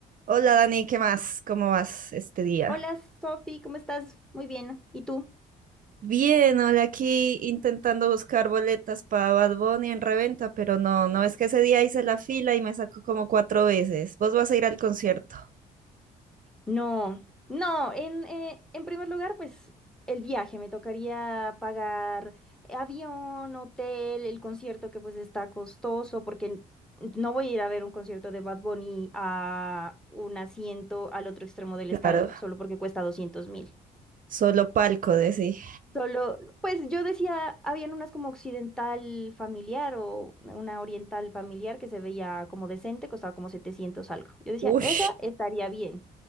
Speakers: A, on the right; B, in the centre.
A: Hola Dani, ¿qué más? ¿Cómo vas este día?
B: Hola Sofi, ¿cómo estás? Muy bien. ¿Y tú?
A: Bien, hola aquí intentando buscar boletas para Bad Bunny en reventa, pero no, no es que ese día hice la fila y me sacó como cuatro veces. ¿Vos vas a ir al concierto?
B: No, no, en, eh, en primer lugar, pues el viaje, me tocaría pagar eh, avión, hotel, el concierto que pues está costoso porque n- no voy a ir a ver un concierto de Bad Bunny a un asiento al otro extremo del
A: Claro,
B: estadio, solo porque cuesta doscientos mil.
A: solo palco, decí.
B: Solo, pues yo decía, habían unas como occidental familiar o una oriental familiar que se veía como decente, costaba como 700 algo. Yo decía,
A: Uy,
B: esa estaría bien.